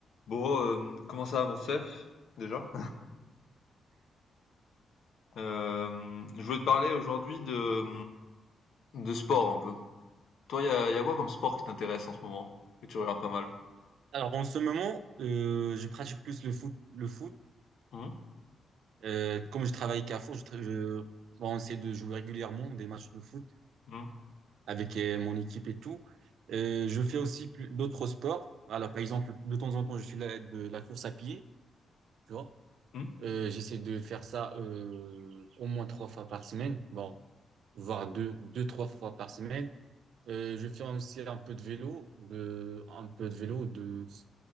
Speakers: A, on the left (about 70°); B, on the right (about 85°).
A: Bon, euh, comment ça va mon chef, déjà? Euh, je voulais te parler aujourd'hui de, de sport un peu. Toi, il y a, y a quoi comme sport qui t'intéresse en ce moment? Que tu regardes pas mal?
B: Alors, en ce moment, euh, je pratique plus le foot. Le foot.
A: Hum,
B: Euh, comme je travaille Carrefour, je, tra- je- bon, on essaie de jouer régulièrement des matchs de foot
A: hum,
B: avec euh, mon équipe et tout. Euh, je fais aussi plus- d'autres sports. Alors, par exemple, de temps en temps, je fais la, de la course à pied, tu vois.
A: hum,
B: Euh, j'essaie de faire ça euh, au moins trois fois par semaine, bon, voire deux, deux, trois fois par semaine. Euh, je fais aussi un peu de vélo, de, un peu de vélo, de